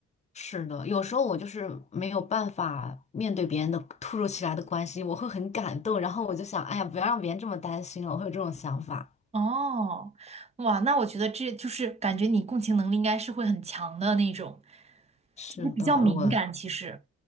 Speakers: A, on the left; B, on the right.
A: 是的，有时候我就是没有办法面对别人的突如其来的关心，我会很感动，然后我就想，哎呀，不要让别人这么担心了，我会有这种想法。
B: 哦，哇，那我觉得这就是感觉你共情能力应该是会很强的那种，
A: 是的，
B: 就是比较敏感，
A: 我
B: 其实。